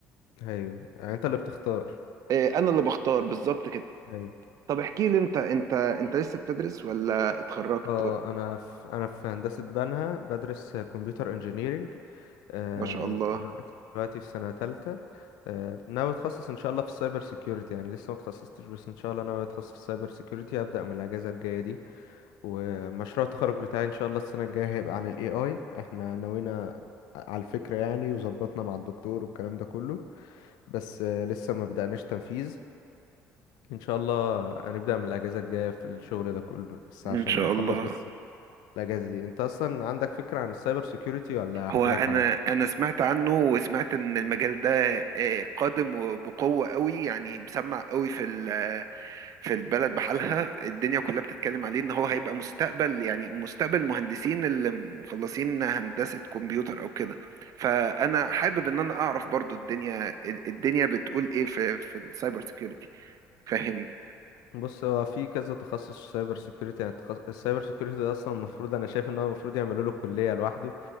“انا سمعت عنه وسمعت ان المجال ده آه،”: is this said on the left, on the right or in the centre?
Right